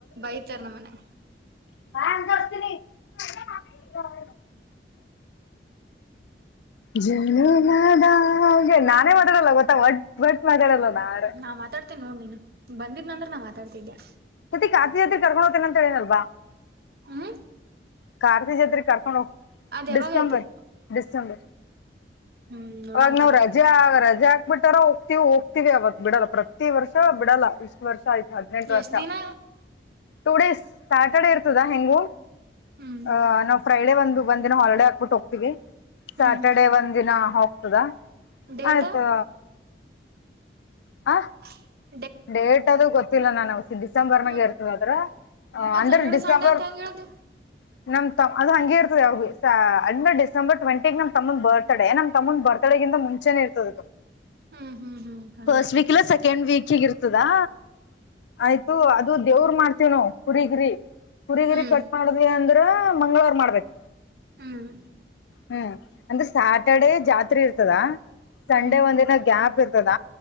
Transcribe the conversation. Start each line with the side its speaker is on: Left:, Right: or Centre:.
Right: ಬೈತಾರ ನಮ್ಮನ್ಯಾ
Left: ಬ್ಯಾಸ್ತೀನಿ <unintelligible> ಜುನುಮದಾ ಗೆಳ ನಾನೇ ಮಾತಾಡಲ್ಲ ಗೊತ್ತಾ ಒಟ್ ಒಟ್ ಮಾತಾಡಲ್ಲ ನಾರ.
Right: ನಾ ಮಾತಾಡ್ತೀನ ನೋಡ್ ನೀನ್ ಬಂದಿದ್ ನಂದ್ರ ನಾ ಮಾತಾಡ್ತಿದ್ದೆ.
Left: ಮತ್ತೆ ಕಾಶಿ ಯಾತ್ರೆಗ ಕರ್ಕೊಂಡು ಹೋತಿನಂತ್ ಹೇಳಿನಲ್ವ.
Right: ಹ್ಮ
Left: ಕಾರ್ತಿ ಜಾತ್ರಿಗ ಕರ್ಕೊಂಡು ಹೋಗ್
Right: ಅದ್ ಯಾವಾಗ
Left: ಡಿಸೆಂಬರ್.
Right: ಐತಿ
Left: ಡಿಸೆಂಬರ್
Right: ಹ್ಮ್ ನೋಡಮ್
Left: ಅವಗ್ನು
Right: ತಗ
Left: ರಜ ಜ ರಜಾ ಹಾಕ್ ಬಿಟ್ಟಾರ ಹೋಗ್ತಿವಿ ಹೋಗ್ತಿವಿ ಅವತ್ ಬಿಡಲ್ಲ ಪ್ರತಿ ವರ್ಷ ಬಿಡಲ್ಲ ಇಷ್ಟು ವರ್ಷ ಆಯ್ತು. ಹದ್ನೆಂಟ ವರ್ಷ
Right: ಎಷ್ಟ್ ದಿನ
Left: ಟೂ ಡೇಸ್ ಸ್ಯಾಟರ್ಡೇ ಇರ್ತದಾ ಹೆಂಗು.
Right: ಹ್ಮ್
Left: ಅ ನಾವು ಫ್ರೈಡೆೇ ಒಂದು ಒಂದಿನ ಹಾಲಿಡೇ ಹಾಕ್ಬಿಟ್ಟು ಹೋಗ್ತೀವಿ ಸ್ಯಾಟರ್ಡೆ
Right: ಹ್ಮ್
Left: ಒಂದಿನ ಹೋಗ ತದಾ
Right: ಡೇಟ್
Left: ಆಯ್ತು. ಆ
Right: <unintelligible>
Left: ಡೇಟ್ ಅದು ಗೊತ್ತಿಲ್ಲ ನಾನ ಡಿಸೆಂಬರ್ನಾಗ
Right: ಮತ್
Left: ಇರ್ತದ ಅಂತರ
Right: ಅದ್
Left: ಅಂದ್ರ
Right: ಸ್ಯಾಟರ್ಡೆ
Left: ಡಿಸೆಂಬರ್.
Right: ಸಂಡೆ ಅಂತ ಹೆಂಗ ಹೇಳ್ದಿ
Left: ಹ <unintelligible> ನಮ್ ತಮ್ ಅದು ಹಂಗೆ ಇರ್ತದ ಯವಗ್ಬಿ ಅಂದ್ರ ಡಿಸೆಂಬರ್ ಟ್ವೆಂಟಿಗ ನಮ್ ತಮ್ಮನ ಬರ್ತ್ಡೇ ನಮ್ ತಮ್ಮನ್ ಬರ್ ತಡೆಗಿಂತ ಮುಂಚೆ ಇರ್ತದ
Right: ಹ್ಮ್ ಹ್ಮ್ ಹ್ಮ್ ಹಂಗೇನ
Left: ಫಸ್ಟ್ ವೀಕ್ ಇಲ್ಲ ಸೆಕೆಂಡ್ ವೀಕ್ ಹೆಚ್ಚಿಗಿರ್ತದಾ ಆಯ್ತು ಅದು ದೇವ್ರ ಮಾಡ್ತೇವನವು. ಕುರಿಗಿರಿ ಕುರಿಗಿರಿ
Right: ಹ್ಮ್
Left: ಕಟ್ ಮಾಡದ್ವಿ ಅಂದ್ರ ಮಂಗಳವಾರ ಮಾಡ್ಬೇಕು.
Right: ಹ್ಮ್
Left: ಹ್ಮ್ ಅಂದ್ರೆ ಸ್ಯಾಟರ್ಡೇ ಜಾತ್ರಿ ಇರ್ತದ ಸಂಡೆ
Right: ಹ್ಮ್
Left: ಒಂದಿನ ಗ್ಯಾಪ್ ಇರ್ತದ.